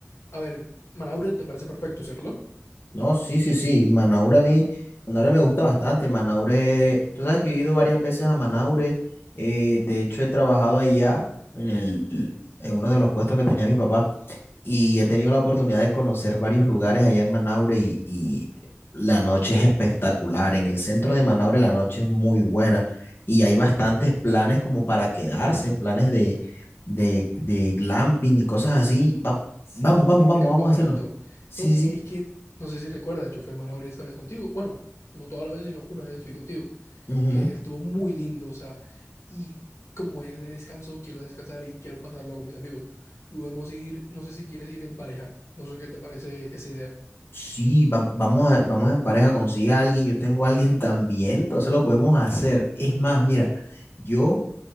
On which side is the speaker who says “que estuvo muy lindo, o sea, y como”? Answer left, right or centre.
Left